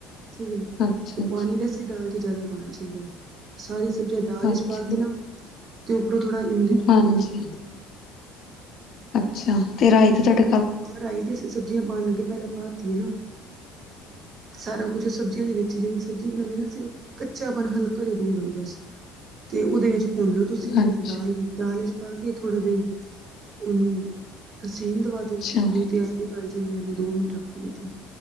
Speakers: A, on the right; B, on the left.
A: ਠੀਕ ਏ,
B: ਅੱਛਾ
A: ਉਹ
B: ਅੱਛਾ
A: ਪਾਣੀ ਵੈਸੇ ਹੀ ਦਾਲ ਚ ਜ਼ਿਆਦਾ ਪਾਣਾ ਚਾਹੀਦਾ ਐ, ਸਾਰੀ ਸਬਜ਼ੀਆਂ ਦਾਲ ਵਿੱਚ
B: ਅੱਛਾ
A: ਪਾ ਕੇ ਨਾ, ਤੇ ਉਪਰੋਂ ਥੋੜਾ ਇਮਲੀ ਦਾ
B: ਹਾਂਜੀ
A: ਪਾਣੀ ਪਾ ਦੋ।
B: ਅੱਛਾ, ਤੇ ਰਾਈਂ ਤੇ ਤੁਹਾਡਾ
A: ਰਾਈਂ ਤੇ ਅਸੀਂ ਸਬਜ਼ੀਆਂ ਪਾਣ ਲੱਗੇ, ਪਹਿਲਾਂ ਪਾਤੀ ਏ ਨਾ। ਸਾਰਾ ਕੁੱਛ ਸਬਜ਼ੀਆਂ ਦੇ ਵਿੱਚ, ਜਿਵੇਂ ਸਬਜ਼ੀ ਬਣਾਉਂਦੇ ਨਾ ਸਿਰਫ ਕੱਚਾਪਣ ਹਲ ਘਰੇ ਦੂਰ ਹੋਈ ਬਸ, ਤੇ ਉਹਦੇ ਵਿੱਚ ਭੁੰਨ ਲੋ ਤੁਸੀਂ,
B: ਅੱਛਾ
A: ਦਾਲ ਵਿੱਚ ਦਾਲ ਵਿੱਚ ਪਾ ਕੇ ਥੋੜ੍ਹੀ ਦੇਰ ਉਹਨੂੰ ਸਟੀਮ ਦਵਾ
B: ਅੱਛਾ
A: ਦੋ, ਨਹੀਂ ਤੇ ਆਪੇ ਗਲ ਜਾਂਦੀਆਂ ਨੇ ਦੋ ਮਿੰਟ ਰੱਖੋ, ਕਿਤੇ